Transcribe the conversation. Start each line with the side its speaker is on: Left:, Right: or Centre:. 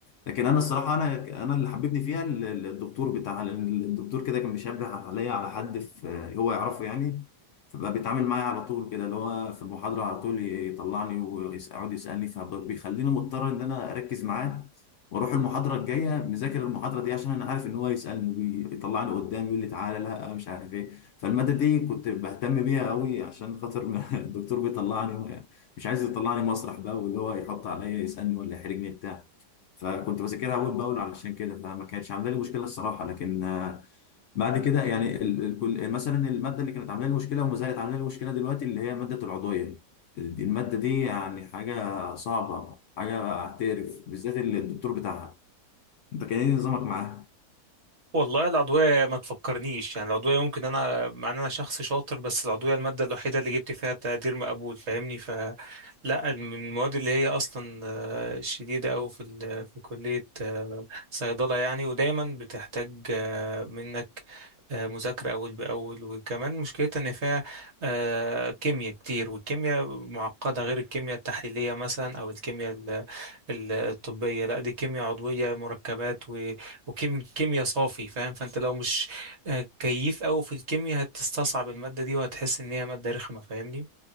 Left: لكن انا الصراحه انا انا اللي حببني فيها ال- ال- الدكتور بتاع ال- الدكتور كده كان بيشبه عليا على حد في هو يعرفه يعني فبقى بيتعامل معايا على طول كده اللي هو في المحاضره على طول ي- يطلعني ويقعد يسالني فبيخليني مضطر ان انا اركز معاه واروح المحاضره الجايه مذاكر المحاضره دي عشان انا عارف ان هو يسالني ويطلعني قدام يقول لي تعالى لا مش عارف ايه فالماده دي كنت بهتم بيها قوي عشان خاطر <laughs> الدكتور بيطلعني مش عايز يطلعني مسرح بقى واللي هو يحط عليا يسالني ولا يحرجني بتاع فكنت بذاكرها اول باول علشان كده فما كانتش عامله لي مشكله الصراحه لكن آه، بعد كده يعني ال- ال- كل مثلا الماده اللي كانت عامله لي مشكله وما زالت عامله لي مشكله دلوقتي اللي هي ماده العضويه دي- الماده دي يعني حاجه صعبه حاجه اعترف بالذات اللي الدكتور بتاعها انت كان ايه نظامك معاها
Right: والله العضوية ما تفكرنيش يعني العضوية ممكن أنا مع إن أنا شخص شاطر بس العضوية المادة الوحيدة اللي جبت فيها تقدير مقبول فاهمني فلا من المواد اللي هي أصلا آه، شديدة أوي في ال- في كلية آه، صيدلة يعني ودايما بتحتاج آه، منك آه، مذاكرة أول بأول وكمان مشكلتها إن فيها آه، كيمياء كتير والكيمياء معقدة غير الكيمياء التحليلية مثلا أو الكيمياء ال- ال- الطبية لا دي كيمياء عضوية مركبات وكيمياء صافي فاهم فانت لو مش آه، كيف قوي في الكيمياء هتستصعب المادة دي وهتحس ان هي مادة رخمة فاهمني